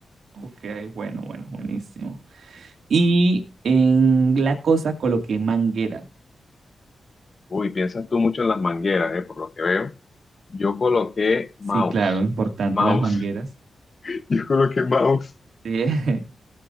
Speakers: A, on the right; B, on the left.
A: Ok, bueno, bueno, buenísimo. Y en la cosa coloqué manguera.
B: Uy, piensas tú mucho en las mangueras, eh, por lo que veo. Yo coloqué mouse.
A: Sí, claro, importante
B: Mouse.
A: las mangueras.
B: <laughs> Yo coloqué mouse.
A: Sí. <laughs>